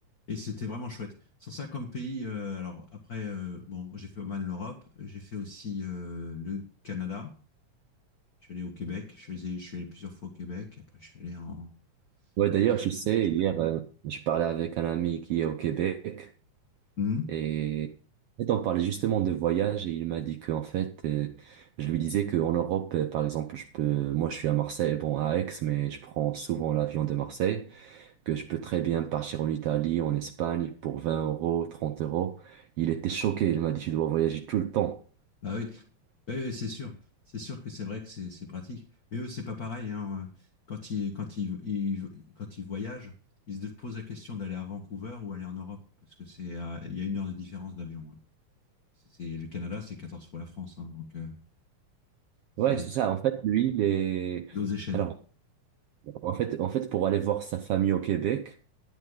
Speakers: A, on the left; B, on the right.
A: Et c'était vraiment chouette. Sans ça, comme pays, euh, alors après, euh, bon, j'ai fait pas mal l'Europe, j'ai fait aussi euh, le Canada. Je suis allé au Québec, je suis allé, je suis allé plusieurs fois au Québec, après je suis allé en...
B: Ouais, d'ailleurs,
A: aux États-Unis.
B: je sais, hier, euh, je parlais avec un ami qui est au Québec,
A: Mhm.
B: et, et on parlait justement de voyage, et il m'a dit qu'en fait, euh, je lui disais qu'en Europe, euh, par exemple, je peux, moi, je suis à Marseille, bon, à Aix, mais je prends souvent l'avion de Marseille. que je peux très bien partir en Italie, en Espagne pour 20 euros, 30 euros. Il était choqué, il m'a dit, tu dois voyager tout le temps.
A: Bah oui, Oui, oui, c'est sûr. C'est sûr que c'est vrai que c'est c'est pratique. Mais eux, c'est pas pareil, hein. euh, Quand ils, quand ils, ils- quand ils voyagent, ils se posent la question d'aller à Vancouver ou aller en Europe, parce que c'est, à- il y a une heure de différence d'avion. hein. C'est, c'est- le Canada, c'est 14 fois la France, hein, donc euh, c'est
B: Ouais, c'est ça. En fait, lui, il est...
A: d'autres échelles.
B: Alors, en fait, en fait, pour aller voir sa famille au Québec,